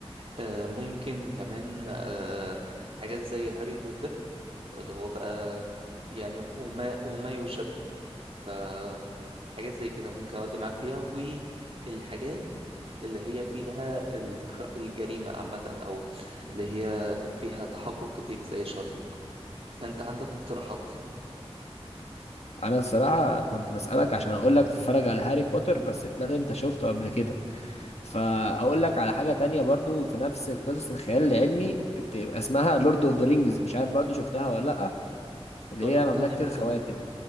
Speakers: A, on the right (about 65°); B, on the left (about 80°).
A: آه، ممكن كمان آه، حاجات زي هاري بوتر اللي هو بقى يعني وما وما يشابهه فحاجات زي كده ممكن اودي معاك فيها والحاجات اللي هي فيها الكر- الجريمة عامة أو اللي هي فيها تحقق كتير زي شارلوك فانت عندك اقتراحات
B: انا الصراحه كنت بسالك عشان اقول لك تتفرج على هاري بوتر بس طلعت انت شفته قبل كده فاقول لك على حاجه تانية برضو في نفس القصص الخيال العلمي بتبقى اسمها لورد اوف ذا رينجز مش عارف برضو شفتها ولا لا اللي
A: اتفرجت
B: هي مملكه
A: عليه من
B: الخواتم
A: زمان